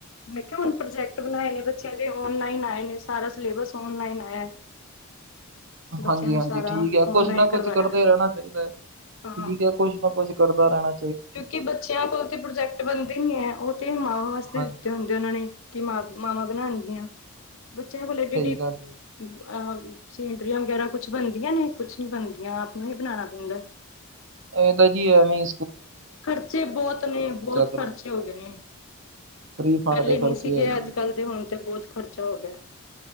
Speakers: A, on the left (about 65°); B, on the right (about 55°).
A: ਮੈਂ ਕਿਹਾ ਹੁਣ, ਪ੍ਰੋਜੈਕਟ ਬਣਾਏ ਨੇ ਬੱਚਿਆਂ ਦੇ ਔਨਲਾਈਨ ਆਏ ਨੇ, ਸਾਰਾ ਸਿਲੇਬਸ ਓਨਲਾਈਨ ਆਇਆ। ਬੱਚਿਆਂ
B: ਹਾਂਜੀ
A: ਨੂੰ
B: -ਹਾਂਜੀ
A: ਸਾਰਾ
B: ਠੀਕ ਹੈ,
A: ਔਨਲਾਈਨ
B: ਕੁਛ ਨਾ ਕੁਛ
A: ਕਰਵਾਇਆ
B: ਕਰਦੇ ਰਹਿਣਾ, ਚਾਹੀਦਾ ਹੈ ਠੀਕ
A: ਹਾਂ
B: ਹੈ। ਕੋਛ ਨਾ ਕੋਛ ਕਰਦਾ ਰੈਣਾ
A: ਕਿਉਂਕਿ, ਬੱਚਿਆਂ ਕੋਲੋ ਤੇ ਪ੍ਰੋਜੈਕਟ ਬਣਦੇ ਨਈ ਹੈ,, ਉਹ ਤੇ ਮਾਵਾਂ ਵਾਸਤੇ
B: ਹਾਂਜੀ
A: ਦਿੱਤੇ ਹੁੰਦੇ ਉਹਨਾਂ ਨੇ ਕਿ, ਮਾਵਾਂ ਬਣਾਉਣਗੀਆਂ ਬੱਚਿਆਂ ਕੋਲ ਏਡੀ
B: ਸਹੀ
A: ਏਡੀ
B: ਗੱਲ ਏ।
A: ਅ ਸੀਨਰੀਆਂ, ਵਗੈਰਾ ਕੁਛ ਬਣਦੀਆਂ ਨੇ, ਕੁੱਛ ਨਈ ਬਣਦੀਆਂ, ਆਪ ਨੂੰ ਹੀ ਬਣਾਣਾ ਪੈਂਦਾ
B: ਏ ਤਾਂ, ਜੀ ਅਵੇਂ
A: ਖ਼ਰਚੇ ਬਹੁਤ ਨੇ, ਬਹੁਤ
B: ਕਰਵਾਉਣ
A: ਖ਼ਰਚੇ ਹੋ, ਗਏ ਨੇ
B: ਫ੍ਰੀ ਫੰਡ
A: ਪਹਿਲੇ
B: ਦੇ
A: ਨਹੀਂ
B: ਖਰਚੇ
A: ਸੀਗੇ
B: ਆ ਜੀ,
A: ਅੱਜ ਕਲ ਦੇ ਹੁਣ ਤੇ ਬਹੁਤ ਖ਼ਰਚਾ ਹੋ ਗਿਆ